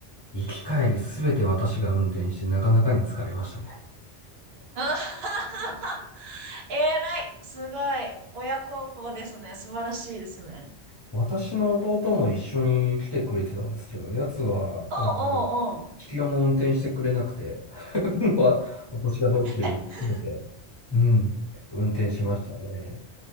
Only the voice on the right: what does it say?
はははえらい、すごい。親孝行ですね。素晴らしいですね。
うんうんうん。
え、